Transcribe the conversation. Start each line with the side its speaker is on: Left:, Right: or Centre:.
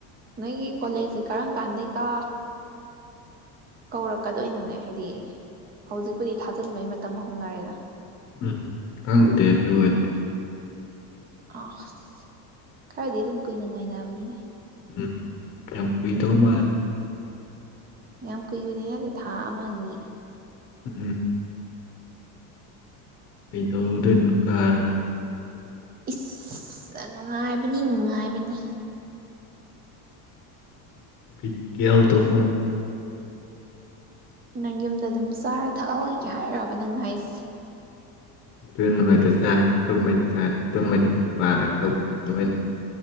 Right: ꯅꯣꯏꯒꯤ ꯀꯣꯂꯦꯖꯁꯦ ꯀꯔꯝ ꯀꯥꯟꯗꯩꯀꯥ ꯀꯧꯔꯛꯀꯗꯣꯏꯅꯅꯦ ꯍꯥꯏꯗꯤ ꯍꯧꯖꯤꯛꯄꯨꯗꯤ ꯊꯥꯖꯤꯟꯕꯩ ꯃꯇꯝ ꯍꯧꯅꯔꯦꯅ
Left: ꯎꯝ ꯈꯪꯗꯦ ꯑꯗꯨ ꯑꯣꯏꯔꯗꯤ
Right: ꯑ ꯑꯁ ꯈꯔꯗꯤ ꯑꯗꯨꯝ ꯀꯨꯏꯅ ꯉꯥꯏꯅꯕꯅꯤꯅꯦ
Left: ꯎꯝ ꯌꯥꯝ ꯀꯨꯏꯗꯧ ꯃꯥꯜꯂꯤ
Right: ꯌꯥꯝ ꯀꯨꯏꯕꯅꯤ ꯍꯦ ꯊꯥ ꯑꯃꯅꯤ
Left: ꯎꯝ ꯀꯩꯗꯧꯗꯣꯏꯅꯣ ꯀꯥꯔꯒ
Right: ꯏꯁ ꯅꯨꯡꯉꯥꯏꯕꯅꯤ ꯅꯨꯡꯉꯥꯏꯕꯅꯤ
Left: ꯕꯤꯠ ꯌꯥꯎꯗꯧ ꯃꯥꯟ
Right: ꯅꯪ ꯌꯨꯝꯗ ꯑꯗꯨꯝ ꯆꯥꯔ ꯊꯛꯑ ꯂꯩꯒꯦ ꯍꯥꯏꯔꯕ ꯅꯪꯅ ꯍꯥꯏꯁꯦ
Left: ꯑꯗꯨ ꯅꯉꯥꯏꯗꯣ ꯆꯥꯅꯤ ꯇꯨꯝꯃꯅꯤ ꯆꯥꯅꯤ ꯇꯨꯝꯃꯅꯤ ꯁꯦꯕꯥꯒ ꯇꯧꯕꯤꯔꯛꯑꯅꯤ ꯃꯣꯏꯅꯤ